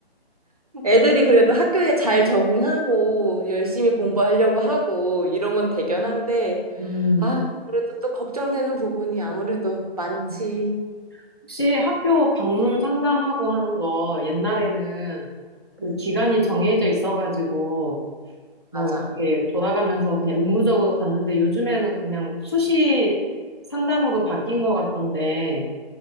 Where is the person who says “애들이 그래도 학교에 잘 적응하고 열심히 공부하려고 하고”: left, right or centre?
Right